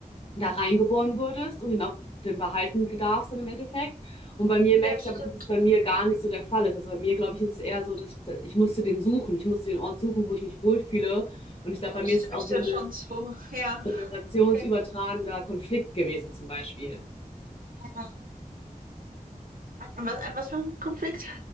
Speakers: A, on the left; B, on the right.
A: da reingeboren wurdest und ihn auch den behalten darfst dann im Endeffekt. Und bei mir merke
B: ja,
A: ich
B: stimmt,
A: aber, dass es bei mir gar nicht so der Fall ist. Also bei mir, glaube ich, ist es eher so, dass ich, ich musste den suchen. Ich musste den Ort suchen, wo ich mich wohlfühle. Und ich glaube,
B: ja,
A: bei mir
B: das
A: ist
B: stimme
A: es auch
B: ich
A: so
B: dir
A: ein
B: schon zu. Ja,
A: generationsübertragender
B: okay.
A: Konflikt gewesen, zum Beispiel.
B: Ja. An was, an was für ein Konflikt